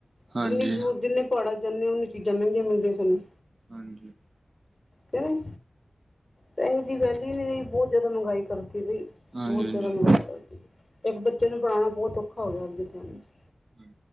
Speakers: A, on the right (about 55°); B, on the left (about 30°).
A: ਹਾਂਜੀ
B: ਜਿੰਨੀ ਦੂਰ, ਜਿੰਨੇ ਪਹਾੜਾਂ ਚ ਜਾਂਦੇ ਉਨੀਆਂ ਚੀਜ਼ਾਂ ਮਹਿੰਗੀਆਂ ਮਿਲਦੀਆਂ ਸਾਨੂੰ।
A: ਹਾਂਜੀ।
B: ਕੈਂਦੇ, ਪੈਹੇ ਦੀ ਵੈਲਿਊ ਹੀ ਨਹੀਂ ਰਹੀ, ਬਹੁਤ ਜ਼ਿਆਦਾ ਮੈਂਗਾਈ ਕਰਤੀ ਬਈ,
A: ਹਾਂਜੀ
B: ਬਹੁਤ
A: ਹਾਂਜੀ
B: ਜ਼ਿਆਦਾ ਮਹਿੰਗਾਈ ਕਰਤੀ। ਇੱਕ ਬੱਚੇ ਨੂੰ ਪੜਾਉਨਾ ਬਹੁਤ ਔਖਾ ਹੋ ਗਿਆ ਅੱਜ ਦੇ ਟਾਈਮ ਚ।
A: ਹੰ।